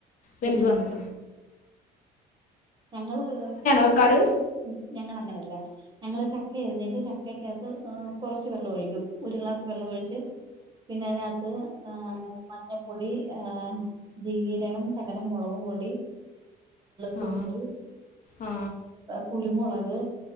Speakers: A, on the left; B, on the right.
A: വെന്ത്
B: വെക്കും
A: വന്ന
B: ഞങ്ങള്
A: വെക്കാറ്
B: ച ഞങ്ങള് അങ്ങനെയല്ല ഞങ്ങള് ചക്ക അരിഞ്ഞിട്ട് ചക്കക്കകത്ത് കുറച്ച് വെള്ളം ഒഴിക്കും ഒരു ഗ്ലാസ് വെള്ളം ഒഴിച്ച് പിന്നെ അതിനകത്ത് മഞ്ഞപ്പൊടി ആഹ് ജീരകം ശകലം മുളക് പൊടി തുള്ളി
A: ആ ആ
B: കുരുമുളക്